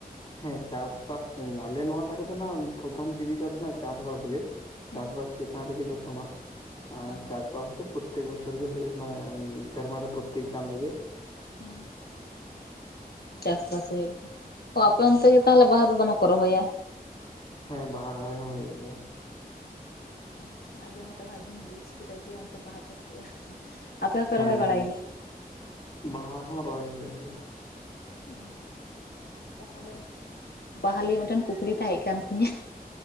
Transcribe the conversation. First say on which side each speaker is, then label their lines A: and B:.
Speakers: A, on the left; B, on the left.
A: ᱦᱮᱸ ᱪᱟᱥᱵᱟᱥ ᱟᱞᱮ ᱱᱚᱣᱟ ᱫᱷᱟᱨᱮ ᱫᱚ ᱱᱟᱜ ᱯᱨᱚᱫᱷᱟᱱ ᱡᱤᱵᱤᱠᱟ ᱫᱚ ᱱᱟᱜ ᱪᱟᱥᱵᱟᱥ ᱜᱮ᱾
B: ᱦᱩᱸ
A: ᱪᱟᱥᱵᱟᱥ ᱪᱮᱛᱟᱱ ᱨᱮᱜᱮ ᱡᱚᱛᱚᱢᱟᱜ ᱟᱨ
B: ᱚ
A: ᱪᱟᱥᱵᱟᱥ ᱫᱚ ᱯᱳᱛᱛᱮᱠ ᱵᱚᱪᱚᱨ ᱜᱮ ᱦᱩᱭ ᱢᱟᱱᱮ ᱥᱮᱨᱢᱟ ᱨᱮ ᱯᱳᱛᱛᱮᱠ ᱪᱟᱸᱫᱳ ᱜᱮ
B: ᱦᱩᱸ ᱪᱟᱥᱵᱟᱥ ᱦᱩᱭᱩᱜ ᱜᱮᱭᱟ ᱚ ᱟᱯᱮ ᱚᱱᱛᱮ ᱜᱮ ᱛᱟᱦᱚᱞᱮ ᱵᱟᱦᱟ ᱫᱚ ᱫᱚᱢᱮ ᱠᱚ ᱨᱚᱦᱚᱭᱟ?
A: ᱦᱮᱸ ᱵᱟᱦᱟ ᱨᱚᱦᱚᱭ ᱦᱚᱸ ᱦᱳᱭᱳᱜ ᱜᱮᱭᱟ᱾
B: ᱟᱪᱪᱷᱟ ᱟᱸᱡᱚᱢ ᱠᱟᱛᱮ ᱵᱷᱟᱜᱤᱧ ᱵᱩᱡ ᱠᱮᱫᱟ ᱡᱮ ᱚᱱᱛᱮ ᱵᱟᱦᱟ ᱪᱟᱥ ᱦᱩᱭᱩᱜᱼᱟ ᱟᱯᱮ ᱦᱚᱸᱯᱮ
A: ᱦᱮᱸ
B: ᱨᱚᱦᱚᱭ ᱵᱟᱲᱟᱭ
A: ᱦᱮᱸ
B: ᱜᱮᱭᱟ?
A: ᱵᱟᱦᱟ ᱦᱚᱸ ᱨᱚᱦᱚᱭ ᱦᱚᱭᱳᱜ ᱜᱮᱭᱟ᱾
B: ᱚᱸ ᱛᱟᱦᱚᱞᱮ ᱵᱟᱦᱟᱞᱤᱭᱟ. ᱢᱤᱫᱴᱮᱱ ᱠᱩᱠᱞᱤ ᱛᱟᱦᱮᱸ ᱠᱟᱱ ᱛᱤᱧᱟᱹ᱾